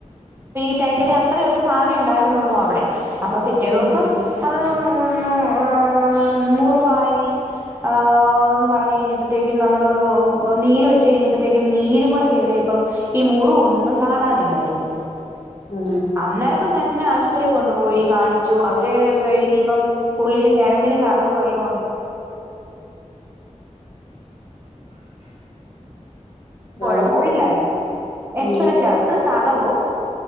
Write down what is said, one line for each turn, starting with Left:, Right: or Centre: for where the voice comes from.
Right: പീ ടൈട്ല് അത്രേ ഒരുഭാഗം ഇണ്ടായിരിന്നൊള്ളു അവടെ അപ്പൊ പിറ്റേ ദിവസം
Left: ഉം
Right: അത് ഒന്ന് ആ മുറുവായി. ആന്ന് പറഞ്ഞ് കയ്ഞ്ഞപ്പത്തേക്കും നമ്മൾ നീര് വെച്ചയ്ഞ്ഞപ്പത്തേക്കും നീരും കൂടെ കേറിയപ്പം. ഈ മുർവ് ഒന്നുംകാണാനില്ലായിര്ന്നു.
Left: ആഹ്
Right: അന്നേരപ്പം തെന്നെ ആശുത്രി കൊണ്ട്പോയി കാണിച്ചു അവര് പ്പ് ഇനിപ്പം. ഉള്ള്ല് ഞരമ്പ്ന് ചതവ് വല്ലോം ഒ
Left: ഹലോ
Right: കൊഴപ്പോല്ലായിര്ന്നു
Left: ഉം
Right: എക്സറെക്കകത്ത് ചതവോ